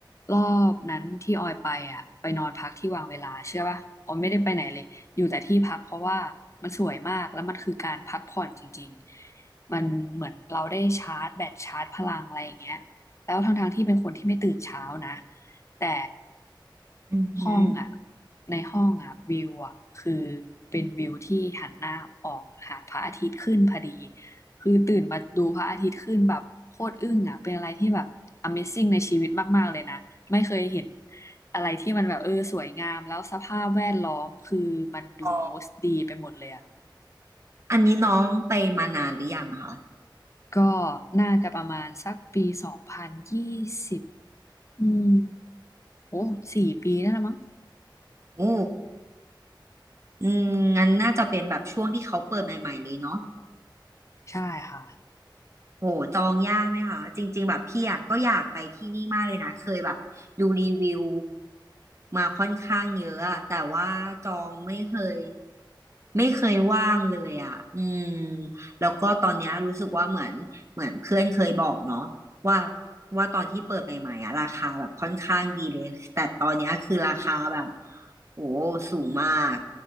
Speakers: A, on the left; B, on the right.
A: รอบนั้นที่ออยไปอ่ะไปนอนพักที่วางเวลาเชื่อป่ะออยไม่ได้ไปไหนเลยอยู่แต่ที่พักเพราะว่ามันสวยมากแล้วมันคือการพักผ่อนจริงๆมันเหมือนเราได้ชาร์จแบตชาร์จพลังอะไรอย่างเงี้ยแล้วทั้งๆที่เป็นคนที่ไม่ตื่นเช้านะแต่
B: อือหือ
A: ห้องอ่ะ ในห้องอ่ะวิวอ่ะคือเป็นวิวที่หันหน้าออกหาพระอาทิตย์ขึ้นพอดีคือตื่นมาดูพระอาทิตย์ขึ้นแบบโคตรอึ้งอ่ะเป็นอะไรที่แบบ Amazing ในชีวิตมากๆเลยนะไม่เคยเห็นอะไรที่มันแบบเออสวยงามแล้วสภาพแวดล้อมคือมันดูบูสต์ดีไปหมดเลยอ่ะ
B: อ๋ออันนี้น้องไปมานานหรือยังอะคะ
A: ก็น่าจะประมาณสักปีสองพันยี่สิบอืมโอ้สี่ปีนั่นละมั้ง
B: โอ้อืมงั้นน่าจะเป็นแบบช่วงที่เขาเปิดใหม่ๆเลยเนาะ
A: ใช่ค่ะ
B: โหจองยากไหมคะจริงๆแบบพี่อะก็อยากไปที่นี่มากเลยนะเคยแบบดูรีวิวมาค่อนข้างเยอะอะแต่ว่าจองไม่เคย ไม่เคยว่างเลยอ่ะอืมแล้วก็ตอนเนี้ยรู้สึกว่าเหมือนเหมือนเพื่อนเคยบอกเนาะว่าว่าตอนที่เปิดใหม่ๆอ่ะราคาแบบค่อนข้างดีเลย แต่ตอนเนี้ยคือราคาแบบโอ้สูงมาก